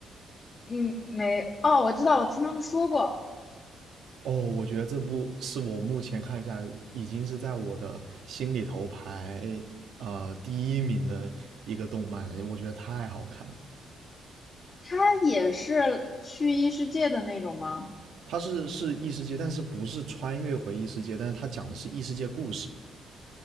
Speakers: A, on the left; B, on the right.
A: 嗯，没，哦，我知道，我听他们说过，
B: 哦，我觉得这部是我目前看下已经是在我的心里头排呃第一名的一个动漫了，我觉得太好看了。
A: 它也是去异世界的那种吗？
B: 它是是异世界，但是不是穿越回异世界，但是它讲的是异世界故事。